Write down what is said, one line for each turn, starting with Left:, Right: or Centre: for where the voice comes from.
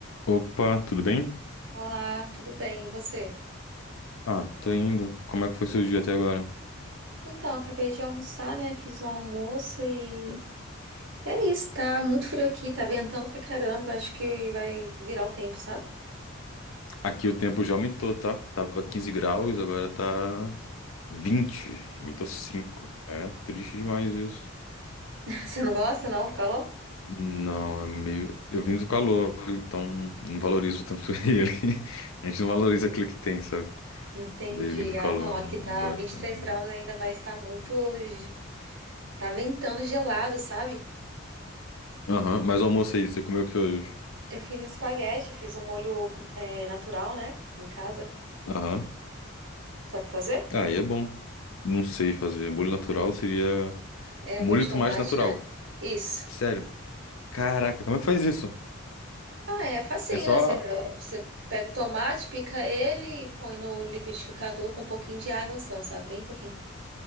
Left: Opa, tudo bem?
Right: Olá, tudo bem? E você?
Left: Ah, tô indo. Como é que foi seu dia até agora?
Right: Então, acabei de almoçar, né? Fiz um almoço e é isso, tá muito frio aqui, tá ventando pra caramba. Acho que vai virar o tempo, sabe?
Left: Aqui o tempo já aumentou, tá? Tava 15 graus, agora tá 20. Aumentou 5. É triste demais isso.
Right: <laughs> Você não gosta, não, do calor?
Left: Não, é meio. Eu vim do calor, então não valorizo tanto <laughs> ele. A gente não valoriza aquilo que tem, sabe?
Right: Entendi.
Left: Daí vindo do
Right: Ah,
Left: calor,
Right: não, aqui
Left: não,
Right: tá
Left: não gosto
Right: vinte
Left: tanto
Right: e três
Left: dele.
Right: graus ainda, mas tá muito. ge- Tá ventando gelado, sabe?
Left: Aham, mas o almoço aí, você comeu o que hoje?
Right: Eu fiz espaguete, fiz um molho é, natural, né? Em casa.
Left: Aham.
Right: Sabe fazer?
Left: Ah, Aí é bom. Não sei fazer. Molho natural seria.
Right: É,
Left: O
Right: molho
Left: molho
Right: de
Left: de
Right: tomate,
Left: tomate natural.
Right: né? Isso.
Left: Sério. Caraca, como é que faz isso?
Right: Ah, é facinho,
Left: É só
Right: né? Você, você pega o tomate, pica ele, põe no liquidificador com um pouquinho de água só, sabe? Bem pouquinho.